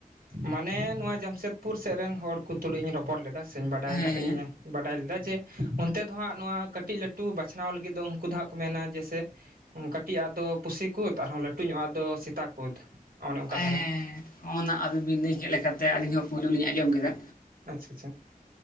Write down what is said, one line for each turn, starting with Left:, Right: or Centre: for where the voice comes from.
Right: ᱢᱟᱱᱮ ᱱᱚᱣᱟ ᱡᱟᱢᱥᱮᱫᱽᱯᱩᱨ ᱥᱮᱫ ᱨᱮᱱ ᱦᱚᱲ ᱠᱚ ᱛᱩᱞᱩᱡ ᱤᱧ ᱨᱚᱯᱚᱲ ᱞᱮᱫᱟ ᱥᱮ ᱵᱟᱰᱟᱭ
Left: ᱦᱮᱸ
Right: ᱠᱟᱛᱮ ᱤᱧ ᱵᱟᱰᱟᱭ ᱞᱮᱫᱟ ᱡᱮ ᱚᱱᱛᱮ ᱫᱚ ᱦᱟᱸᱜ ᱱᱚᱣᱟ ᱠᱟᱹᱴᱤᱡ ᱞᱟᱹᱴᱩ ᱵᱟᱪᱷᱟᱣ ᱞᱟᱹᱜᱤᱫ ᱫᱚ ᱩᱱᱠᱩ ᱫᱚ ᱦᱟᱸᱜ ᱠᱚ ᱢᱮᱱᱟ ᱡᱮ ᱥᱮ ᱠᱟᱹᱴᱤᱡ ᱟᱜ ᱫᱚ ᱯᱩᱥᱤ ᱠᱩᱫᱽ ᱟᱨᱦᱚᱸ ᱞᱟᱹᱴᱩ ᱧᱚᱜ ᱟᱜ ᱫᱚ ᱥᱮᱛᱟ ᱠᱩᱫᱽ ᱠᱩᱫ ᱚᱱᱮ ᱚᱱᱠᱟ
Left: ᱦᱮᱸ
Right: ᱫᱷᱟᱨᱟ
Left: ᱦᱮᱸ ᱦᱮᱸ ᱚᱱᱟ ᱟᱵᱤᱵᱤᱱ ᱞᱟᱹᱭ ᱠᱮᱫ ᱞᱮᱠᱟᱛᱮ ᱟᱹᱞᱤᱧ ᱦᱚᱸ ᱯᱳᱭᱞᱳ ᱞᱤᱧ ᱟᱸᱡᱚᱢ ᱠᱮᱫᱟ
Right: ᱟᱪᱪᱷᱟ ᱟᱪᱪᱷᱟ